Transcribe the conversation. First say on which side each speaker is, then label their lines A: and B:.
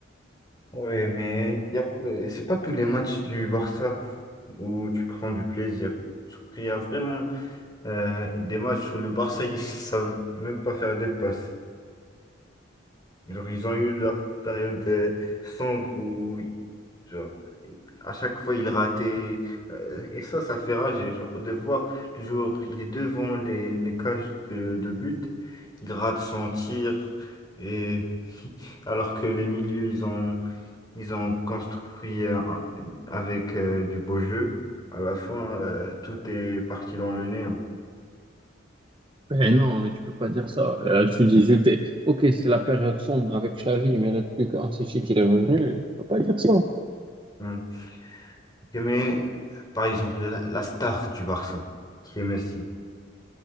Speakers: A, on the left; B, on the right.
A: ouais, mais y a, euh, c'est pas tous les matchs du Barça où tu prends du plaisir. Il y a vraiment euh, des matchs où le Barça, ils savent même pas faire des passes. Genre, ils ont eu leur période euh, sombre où, oui, genre, à chaque fois, ils rataient. euh, et ça, ça fait rage. Et genre, de voir, toujours, il est devant les, les cages de, de but, il rate son tir. Et <laughs> alors que les milieux, ils ont, ils ont construit un- avec euh, du beau jeu, à la fin, euh, tout est parti dans le néant.
B: Eh non, mais tu peux pas dire ça. Là, tu dis, j'étais. Ok, c'est la période sombre avec Xavi, mais là, depuis qu'Ancelotti qu'il est revenu, tu peux pas dire ça.
A: Hmm. Ok, Mais, par exemple, la, la star du Barça, qui est Messi.